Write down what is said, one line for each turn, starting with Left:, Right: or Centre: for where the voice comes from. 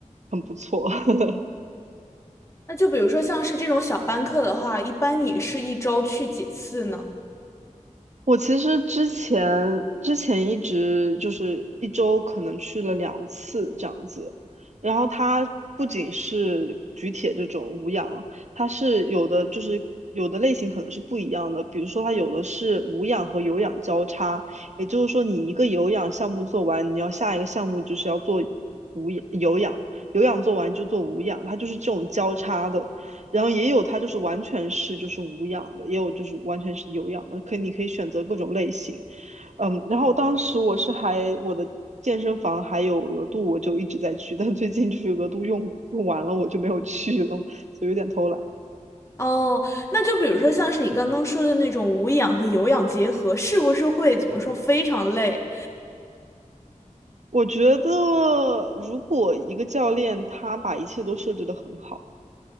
Right: 很不错。<laughs>
Left: 那就比如说像是这种小班课的话，一般你是一周去几次呢？
Right: 我其实之前之前一直就是一周可能去了两次这样子，然后它不仅是举铁这种无氧，它是有的就是有的类型可能是不一样的，比如说它有的是无氧和有氧交叉，也就是说你一个有氧项目做完，你要下一个项目就是要做无氧有氧，有氧做完就做无氧，它就是这种交叉的。然后也有它就是完全是就是无氧的，也有就是完全是有氧的，可以你可以选择各种类型。嗯，然后当时我是还我的健身房还有额度，我就一直在去，但最近就是额度用用完了，我就没有去了，所以有点偷懒。
Left: 哦，那就比如说像是你刚刚说的那种无氧和有氧结合，是不是会怎么说非常累？
Right: 我觉得如果一个教练他把一切都设置得很好，